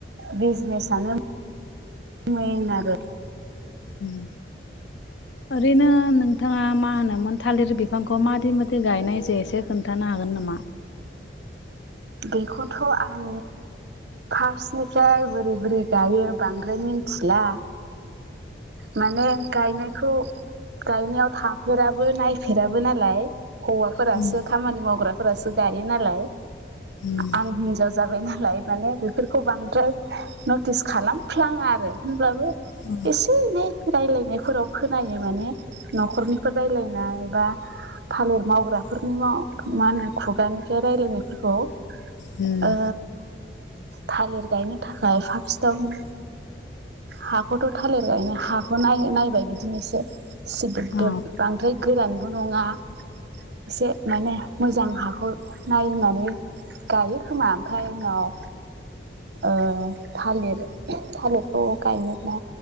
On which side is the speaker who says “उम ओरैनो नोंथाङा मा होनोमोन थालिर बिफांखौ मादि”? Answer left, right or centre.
Left